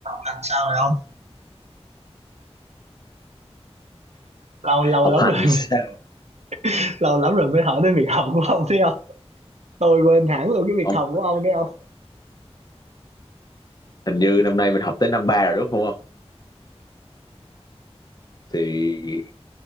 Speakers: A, on the right (about 80°); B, on the left (about 40°).
A: làm sao rồi ông lâu lâu
B: học
A: lắm
B: hành
A: rồi
B: sao
A: <laughs> lâu lắm rồi mới hỏi đến việc học của ông thấy không tôi quên hẳn luôn cái việc
B: không
A: học của ông đấy không
B: hình như năm nay mình học tới năm ba rồi đúng không thì